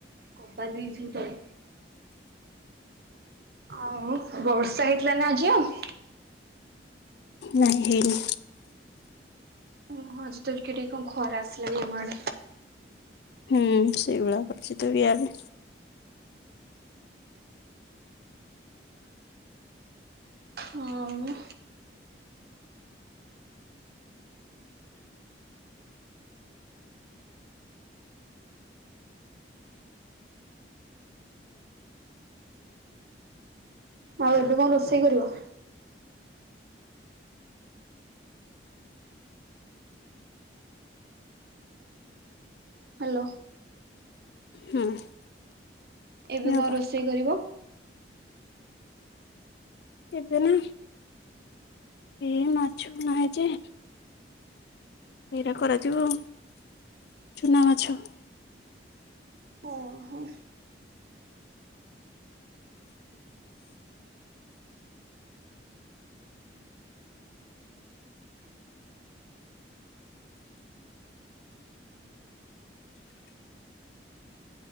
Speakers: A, on the right; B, on the left.
A: କବା ଦେଇଛୁ ତଳେ। ଆଉ ବର୍ଷା ହେଇଥିଲା ନା ଆଜି ଆଉ?
B: ନାଇଁ ହେଇନି।
A: ହଁ ହଁ ଆଜି ଟିକେ ଟିକେ କଣ ଖରା ଆସିଲାନି ଆମଆଡେ।
B: ହୁଁ ସେଇଭଳିଆ ଅଛିତ ଇଆଡେ।
A: ହଁ ଉ ଆଉ ଏବେ କଣ ରୋଷେଇ କରିବ? ହ୍ୟାଲୋ।
B: ହୁଁ।
A: ଏବେ
B: ହବା
A: କଣ ରୋଷେଇ କରିବ?
B: ଏବେ ନା ଏ ମାଛ କିଣା ହେଇଚି। ଏରା କରାଯିବ ଚୁନା ମାଛ।
A: ଓହୋ।